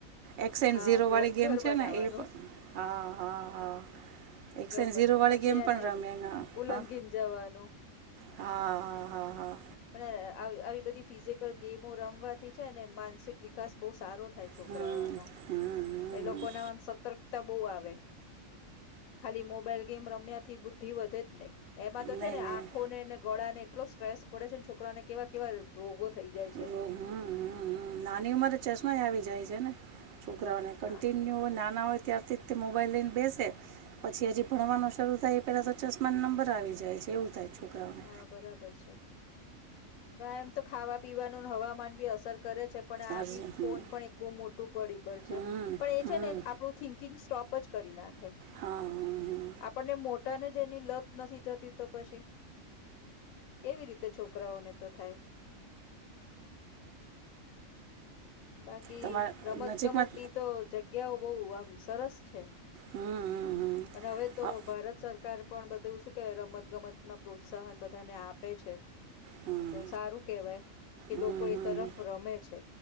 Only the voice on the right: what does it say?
એક્સ એન્ડ
ઝીરો
વાળી ગેમ
છે
ને એ પણ. હા હા હા. એક્સ
એન્ડ
ઝીરોવાળી
ગેમ
પણ રમે હા
હા
હા હા હા હા.
હમ હમ હમ
નહીં
નહીં
હમ્મ
હમ્મ હમ્મ હમ્મ નાની ઉંમરે ચશ્મા ય આવી જાય છે ને. છોકરાઓને કન્ટિન્યુ
નાના હોય ત્યારથી જ તે મોબાઈલ લઈને બેસે. પછી હજી ભણવાનું શરૂ થાય એ પહેલા તો ચશ્મા નંબર આવી જાય છે એવું થાય. છોકરાઓને
અરજી
હમ
હમ
હમ
હા હમ હમ.
તમારા
નજીકમાં
હમ હમ હમ
હા,
હમ
હમ
હમ
હમ.